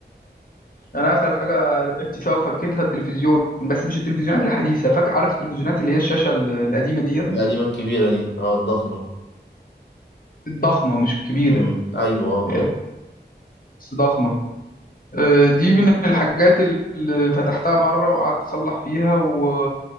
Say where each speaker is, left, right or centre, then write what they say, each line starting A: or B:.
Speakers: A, on the left; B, on the left.
A: انا اخر حاجه لعبت فيها وفكيتها التلفزيون بس مش التلفزيونات الحديثه فاكر عارف التلفزيونات اللي هي الشاشه ال- القديمه دي
B: القديمة الكبيرة دي اه الضخمة
A: الضخمه مش الكبيره
B: مم. أيوه آه،
A: آه،
B: آه.
A: بس ضخمه آه، دي من الحاجات اللي فتحتها مرة وقعدت أصلح فيها و...